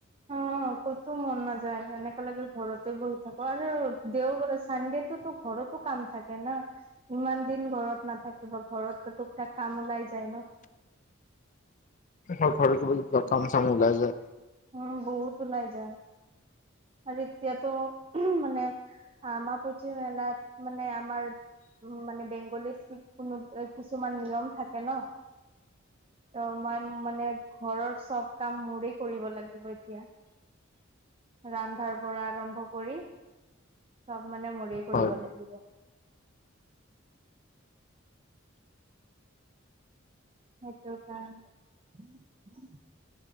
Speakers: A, on the right; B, on the left.
A: অ কতোও মন নাযায় এনেকা লাগে ঘৰতে বহি থাকো আৰু দেওবাৰে চানডেতেতো ঘৰতো কাম থাকে ন ইমান দিন ঘৰত নাথাকো ত বা ঘৰতো টুক তাক কাম ওলাই যায় ন <unintelligible>
B: অ ঘৰৰ কিবা কিবি কাম চাম চাম ওলাই যায়
A: উ বহুত ওলাই যায় আৰু এতিয়াতো মানে আমাৰ পচি মেলাত মানে আমাৰ উ মানে বেংগলীত কোনো কিছুমান নিয়ম থাকে ন ত মই মানে ঘৰৰ চব কাম মৰিক <unintelligible> কৰিব লাগিব এতিয়া ৰান্ধাৰ পৰা আৰম্ভ কৰি চব মানে মৰিৰ কৰিব
B: হয়।
A: লাগিব সেইটো কাৰণ